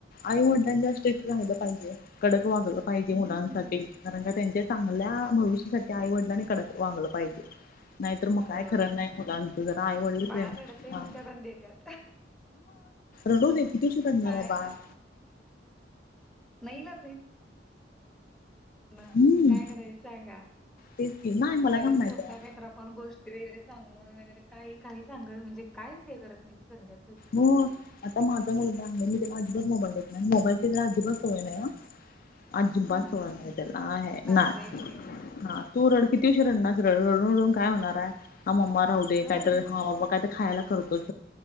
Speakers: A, on the left; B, in the centre.
A: आईवडलांनी स्ट्रीक राहिलं पाहिजे कडक वागलं पाहिजे
B: हम्म.
A: मुलांसाठी. कारण का त्यांच्या चांगल्या भविष्यासाठी आईवडिलांनी कडक वाांगलं पाहिजे. नाही तरर मग
B: होय
A: काय खर नाही मुलांच जरा आई वडील
B: बाळ
A: प्रेम
B: रडतय म्हणत्यात
A: हां
B: आणि देत्यात.
A: रडू दे किती अश रडणार
B: काय
A: आहे बाळं?
B: नाई ला <unintelligible>
A: हम्म
B: काय करायचं सांगा? <unintelligible>
A: तेच की नाही मला काय माहिती
B: स्वतः
A: आहे
B: घेता पण गोष्टी वगैरे सांगून वगैरे काही काही सांगत म्हणजे कायच हे करत नाही सध्या
A: हो आता माझा मुलगा आहे मी त्याला अजिबात मोबाईल देत नाही मोबाईलची त्याला अजिबात सवय नाही हां. अजिबात
B: हम्म
A: त्याला सवय
B: चांगलंय
A: नाय ना
B: कि ते
A: ह तू रड. किती उशीर रडनार रडून रडून काय होणार आहे मम्मा राहू दे
B: होय
A: कायतरी कायतरी खायला करतोच.